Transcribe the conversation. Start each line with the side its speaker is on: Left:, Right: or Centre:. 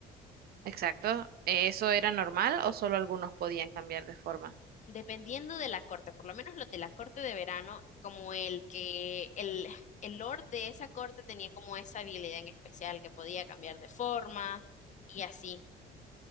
Right: Exacto. ¿Eso era normal o solo algunos podían cambiar de forma?
Left: Dependiendo de la corte, por lo menos los de la corte de verano, como el que el, el lord de esa corte tenía como esa habilidad en especial que podía cambiar de forma y así.